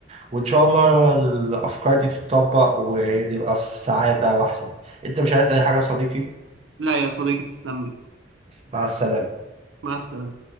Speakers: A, on the right (about 35°); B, on the right (about 80°).
A: وان شاء الله الافكار دي تتطبق ونبقى في سعادة واحسن انت مش عايز اي حاجة يا صديقي
B: لا يا صديقي تسلم لي
A: مع السلامة
B: مع السلامة